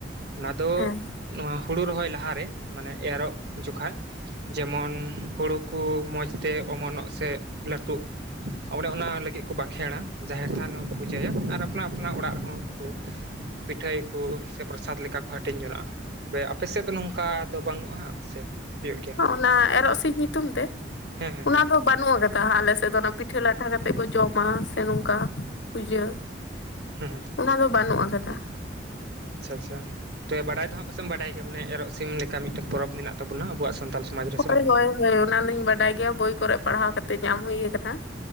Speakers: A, on the right (about 60°); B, on the left (about 75°).
A: ᱚᱱᱟ ᱫᱚ
B: ᱦᱮᱸ
A: ᱱᱚᱣᱟ ᱦᱩᱲᱩ ᱨᱚᱦᱚᱭ ᱞᱟᱦᱟᱨᱮ᱾ ᱢᱟᱱᱮ ᱮᱨᱚᱜ ᱡᱠᱷᱟᱡ ᱡᱮᱢᱚᱱ ᱦᱩᱲᱩ ᱠᱚ ᱢᱚᱡᱽ ᱛᱮ ᱚᱢᱚᱱᱚᱜ ᱥᱮ ᱞᱟᱹᱴᱩᱜ ᱚᱱᱮ ᱚᱱᱟ ᱞᱟᱹᱜᱤᱫ ᱠᱚ ᱵᱟᱸᱠᱷᱮᱲᱟ ᱡᱟᱦᱮᱨ ᱛᱷᱟᱱ ᱨᱮ ᱦᱚᱸᱠᱚ ᱯᱩᱡᱟᱹᱭᱟ ᱟᱨ ᱟᱯᱱᱟ ᱟᱯᱱᱟᱨ ᱚᱲᱟᱜ ᱨᱮᱦᱚᱸ ᱠᱚ ᱯᱤᱴᱷᱟᱹᱭᱟ ᱠᱚ ᱥᱮ ᱯᱨᱚᱥᱟᱫ ᱞᱮᱠᱟ ᱠᱚ ᱦᱟᱹᱴᱤᱧ ᱡᱚᱱᱟᱜᱼᱟ᱾ ᱛᱚᱵᱮ ᱟᱯᱮ ᱥᱮᱫ ᱫᱚ ᱱᱚᱝᱠᱟ ᱫᱚ ᱵᱟᱹᱱᱩᱜᱼᱟ ᱦᱟᱸᱜ ᱥᱮ ᱦᱩᱭᱩᱜ ᱜᱮᱭᱟ?
B: ᱚᱱᱟ ᱮᱨᱚᱜ ᱥᱤ ᱧᱩᱛᱩᱢ ᱛᱮ
A: ᱦᱮᱸ ᱦᱮᱸ
B: ᱚᱱᱟ ᱫᱚ ᱵᱟᱹᱱᱩᱜ ᱟᱠᱟ ᱠᱟᱦᱟ ᱟᱞᱮᱥᱮᱫ ᱫᱚ ᱚᱱᱟ ᱯᱤᱴᱷᱟᱹ ᱞᱟᱴᱷᱟ ᱠᱟᱛᱮᱫ ᱠᱚ ᱡᱚᱢᱟ, ᱥᱮ ᱱᱚᱝᱠᱟ ᱯᱩᱡᱟᱹ
A: ᱦᱮᱸ ᱦᱮᱸ
B: ᱚᱱᱟ ᱫᱚ ᱵᱟᱹᱱᱩᱜ ᱟᱠᱟᱫᱟ
A: ᱟᱪᱷᱟ ᱟᱪᱷᱟ ᱛᱚᱵᱮ ᱵᱟᱰᱟᱭ ᱫᱚ ᱯᱟᱥᱮᱢ ᱵᱟᱰᱟᱭ ᱜᱮᱭᱟ ᱢᱟᱱᱮ ᱮᱨᱚᱜ ᱥᱤᱢ ᱞᱮᱠᱟ ᱢᱤᱫᱴᱟᱝ ᱯᱚᱨᱚᱵᱽ ᱢᱮᱱᱟᱜ ᱛᱟᱵᱚᱱᱟ ᱟᱵᱚᱣᱟᱜ ᱥᱟᱱᱛᱟᱞ ᱥᱚᱢᱟᱡᱽ ᱨᱮ
B: ᱦᱳᱭ
A: ᱥᱮ ᱵᱟᱝ
B: ᱦᱳᱭ ᱦᱳᱭ ᱚᱱᱟ ᱫᱚᱧ ᱵᱟᱰᱟᱭ ᱜᱮᱭᱟ ᱵᱳᱭ ᱠᱚᱨᱮ ᱯᱟᱲᱦᱟᱣ ᱠᱟᱛᱮ ᱧᱟᱢ ᱦᱩᱭ ᱟᱠᱟᱱᱟ ᱾